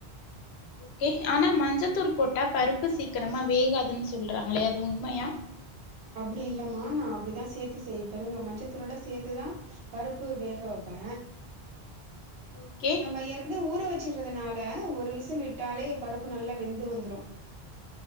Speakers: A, on the left; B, on the right.
A: கே ஆனா மஞ்சத்தூள் போட்டா பருப்பு சீக்கிரமா வேகாதுன்னு சொல்றாங்களே அது உண்மையா
B: அப்டி இல்லமா நா அப்டித்தா சேர்த்து செய்ய பெருங்க மஞ்சத்தூலோட சேர்த்துதா பருப்பு வேக வெப்பே
A: ஓகே
B: நம்ம ஏற்கனவே ஊற வெச் ச்சறதுனால ஒரு விசில் விட்டாலே பருப்பு நல்லா வெந்து வந்துரு